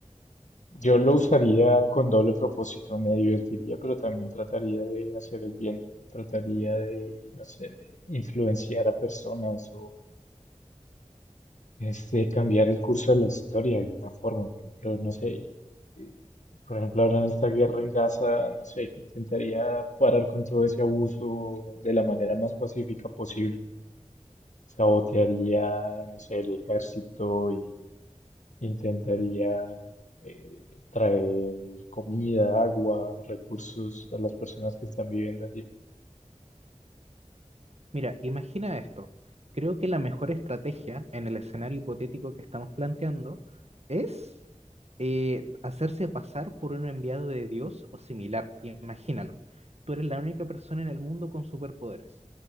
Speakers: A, on the left; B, on the right.
A: Yo lo usaría con doble propósito, me divertiría, pero también trataría de hacer el bien, trataría de, no sé, de influenciar a personas o este, cambiar el curso de la historia de alguna forma. Por ejemplo, no sé, eh, por ejemplo, ahora en esta guerra en Gaza, no sé, intentaría parar con todo ese abuso de la manera más pacífica posible. Sabotearía, no sé, el ejército y Intentaría eh, traer comida, agua, recursos a las personas que están viviendo allí.
B: Mira, imagina esto. Creo que la mejor estrategia en el escenario hipotético que estamos planteando es eh, hacerse pasar por un enviado de Dios o similar. Imagínalo. Tú eres la única persona en el mundo con superpoderes